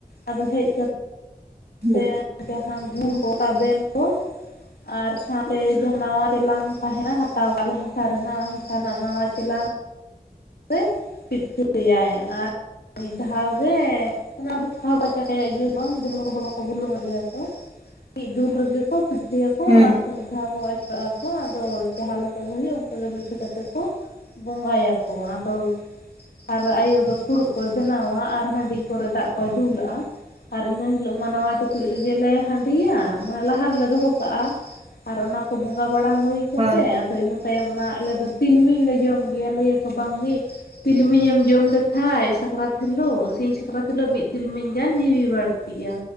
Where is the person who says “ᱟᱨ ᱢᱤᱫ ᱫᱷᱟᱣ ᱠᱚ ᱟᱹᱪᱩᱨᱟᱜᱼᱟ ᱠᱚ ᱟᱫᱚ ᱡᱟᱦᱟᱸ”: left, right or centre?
Left